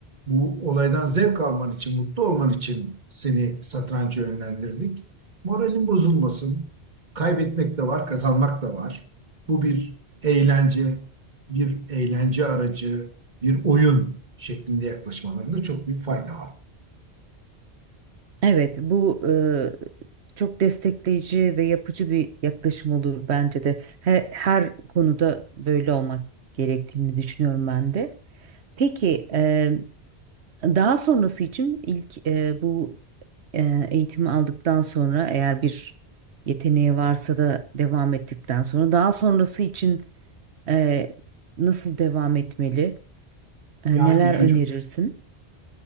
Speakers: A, on the right (about 45°); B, on the right (about 85°).
A: bu olaydan zevk alman için, mutlu olman için seni satranca yönlendirdik. Moralin bozulmasın. Kaybetmek de var, kazanmak da var. Bu bir eğlence, bir eğlence aracı, bir oyun şeklinde yaklaşmalarında çok büyük fayda var.
B: Evet, bu e, çok destekleyici ve yapıcı bir yaklaşım olur bence de. Her, her konuda böyle olmak gerektiğini düşünüyorum ben de. Peki, e, daha sonrası için ilk e, bu e, eğitimi aldıktan sonra eğer bir yeteneği varsa da devam ettikten sonra daha sonrası için e, nasıl devam etmeli? E,
A: Yani
B: neler
A: çocuk
B: önerirsin?